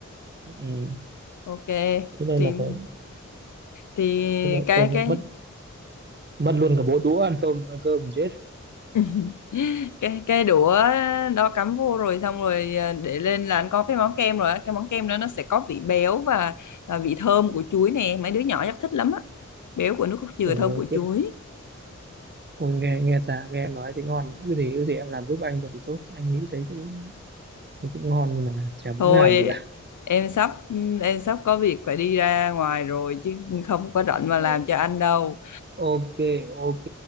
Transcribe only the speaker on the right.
ừ.
thế nên
là phải
thế lợi
công
là mất mất luôn cả bộ đũa ăn tôm ăn cơm chết
ủa
tiếp
ôi nghe nghe ta nghe em nói thì ngon cái gì cái gì em làm giúp anh được thì tốt anh nghĩ thấy cũng thì cũng ngon nhưng mà chả muốn
làm được cả
Ừ.
ok ok